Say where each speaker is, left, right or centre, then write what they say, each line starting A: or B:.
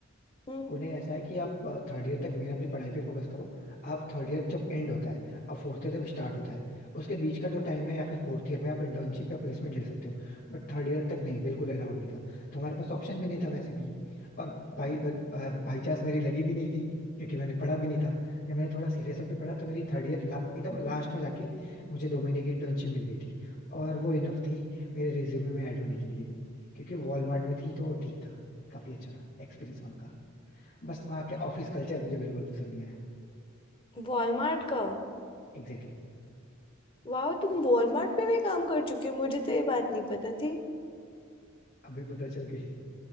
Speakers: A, on the left; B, on the left.
A: हम्म
B: उन्हें ऐसा है कि आप थर्ड ईयर तक मेन अपनी पढ़ाई पे फोकस करो आप थर्ड ईयर जब एंड होता है और फोर्थ ईयर जब स्टार्ट होता है उसके बीच का जो टाइम है या फिर फोर्थ ईयर में आप इंटर्नशिप या प्लेसमेंट ले सकते हो बट थर्ड ईयर तक नहीं बिल्कुल अलाउड नहीं था तो हमारे पास ऑप्शन भी नहीं था वैसे भी और भाई बाई चांस मेरी लगी भी नहीं थी क्योंकि मैंने पढ़ा भी नहीं था जब मैंने थोड़ा सीरियस होकर पढ़ा तो मेरी थर्ड ईयर ला, एकदम लास्ट में जाके मुझे दो महीने की इंटर्नशिप मिल गई थी और वो इनफ थी मेरे रिज्यूमे में ऐड होने के लिए क्योंकि वॉलमार्ट में थी तो ठीक था काफी अच्छा था एक्सपीरियंस वहाँ का। बस वहाँ के ऑफिस कल्चर मुझे बिल्कुल पसंद नहीं आया
A: वॉलमार्ट का
B: Exactly exactly.
A: वाह तुम वॉलमार्ट पे भी काम कर चुके हो मुझे तो ये बात नहीं पता थी
B: अभी पता चल गई